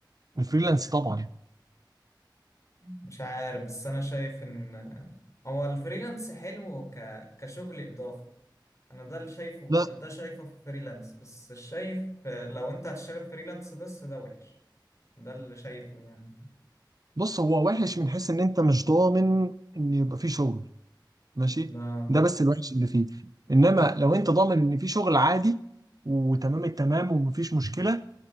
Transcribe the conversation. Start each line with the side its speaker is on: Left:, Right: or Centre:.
Right: الفريلانس طبعا
Left: مش عارف بس انا شايف ان هو الفريلانس حلو ك... كشغل اضافي انا ده اللي شايفه
Right: لا
Left: ده شايفه في فريلانس بس شايف لو انت هتشتغل فريلانس بس ده وحش ده اللي شايفه يعني
Right: بص هو وحش من حيث ان انت مش ضامن ان يبقى فيه شغل ماشي
Left: اه
Right: ده بس الوحش اللي فيه انما لو انت ضامن ان فيه شغل عادي وتمام التمام ومفيش مشكله